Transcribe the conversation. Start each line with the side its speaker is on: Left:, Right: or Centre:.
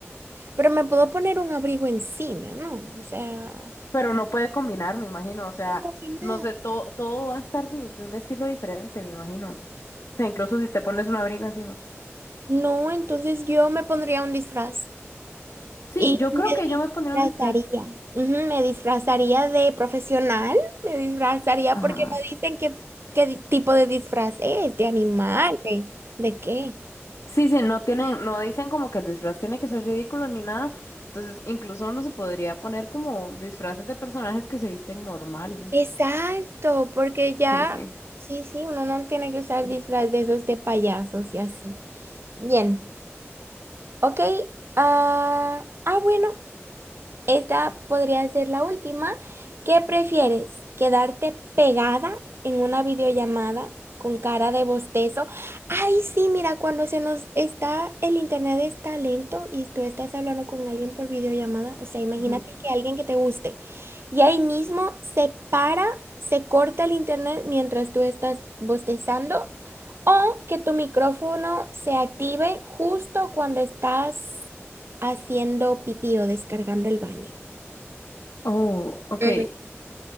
Right: pero me puedo poner un abrigo encima, ¿no? O sea,
Left: Pero no puede combinar, me imagino, o sea,
Right: no combinar.
Left: no sé, todo, todo va a estar de, de un estilo diferente, me imagino. O sea, incluso si te pones un abrigo encima.
Right: No, entonces yo me pondría un disfraz.
Left: Sí,
Right: Y
Left: yo
Right: me
Left: creo que
Right: disfrazaría,
Left: yo me pondría un disfraz.
Right: ujú, me disfrazaría de profesional, me disfrazaría
Left: Ajá.
Right: porque no dicen qué, qué di- tipo de disfraz es, de animal, de, de qué.
Left: Sí, sí, no tienen, no dicen como que el disfraz tiene que ser ridículo ni nada. Entonces, incluso uno se podría poner como disfraces de personajes que se visten normal.
Right: Exacto, porque ya,
Left: Sí, sí.
Right: sí, sí, uno no tiene que usar disfraz de esos de payasos y así. Bien, ok. Ah, ah, bueno, Esta podría ser la última. ¿Qué prefieres? ¿Quedarte pegada en una videollamada con cara de bostezo? Ay, sí, mira, cuando se nos está, el internet está lento y tú estás hablando con alguien por videollamada. O sea, imagínate
Left: Ujú.
Right: que alguien que te guste y ahí mismo se para, se corta el internet mientras tú estás bostezando. O que tu micrófono se active justo cuando estás haciendo pipí o descargando el baño.
Left: Oh, ok.
Right: Mm,